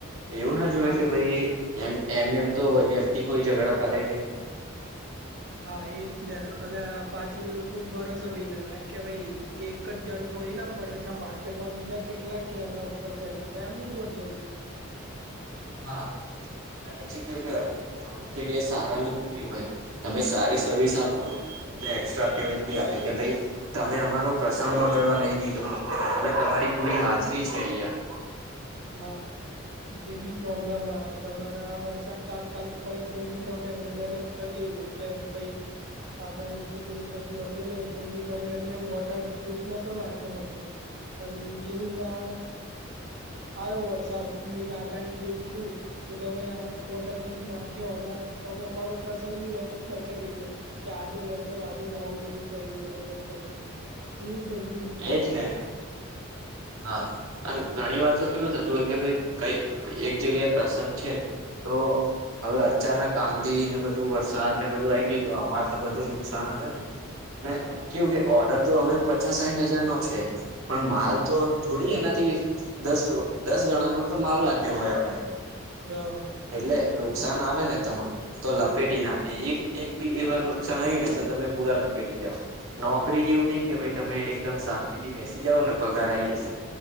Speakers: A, on the right; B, on the right.
A: એવું ન જુવે
B: હા.
A: કે ભઈ એમ એમને એમ તો વ્યક્તિ કોઈ ઝઘડા કરે નહી.
B: હા એજ ને અલા પાછું લોકો ભરોસો બી કરલે કે ભઈ એક જ જણ થોડી ના પડ્યો છે માર્કેટમાં બીજા કેટલાય છે એમના ઉપર ચડિયાતા એમની જોડ જઈશું.
A: હા અને પછી કેવું કે અમુક જગ્યાએ સારા લોકો ભી હોય તમે સારી સર્વિસ આપો ને તો તમને એક્સ્ટ્રા પેમેન્ટ ભી આપે કે ભઈ તમે અમારો પ્રસંગ બગાડવા નહી દીધો અને તમારી પૂરી હાજરી છે અહિયાં.
B: હા જે બી પ્રોબ્લેમ આ તમારા આ વરસાદ તાત્કાલિક પડે તો બી તમે મેનેજ કર લીધું કે ભઈ આગાહી કે કઈ એવું કશું હતું નહીં તો બી તમે એમને વોટર પ્રુફ નતો નાખ્યો મંડપ પન જેવું વા આયો વરસાદ ની આગાહી જેવું થયું. તો તમે આ વોટરપ્રુફ નાખ્યો અને તમે અમારો પ્રસંગ બી બચાઈ લીધો. કે આજે જ હતો ને આજે જ આવું બધું કરીને મહેનત કરીને. એવું બધું બી થાય
A: એજ
B: અમુક
A: ને
B: વખત.
A: હા અને ઘણીવાર તો કેવું થતું હોય કે ભઈ કઈ એક જગ્યાએ પ્રસંગ છે તો હવે અચાનક આંધીને બધું વરસાદને બધું આઈ ગયું તો અમાર તો બધું નુકસાન આવેને? ને
B: હા
A: કેવું કે ઓર્ડર તો હવે પચા સાઈઠ હજારનો છે પણ માલ તો થોડી એનાથી દસ દસ ગણાનો તો માલ બાંધ્યો હોય આપડે.
B: હહ
A: એટલે નુકસાન આવે ને તમાર. તો લપેટી નાખે એક એક બી એ વાર નુકસાન આયું ને તો તમે પુરા લપેટી જાવ. નોકરી જેવું નહી કે ભાઈ તમે એકદમ શાંતિથી બેસી જાઓ ને પગાર આઈ જશે.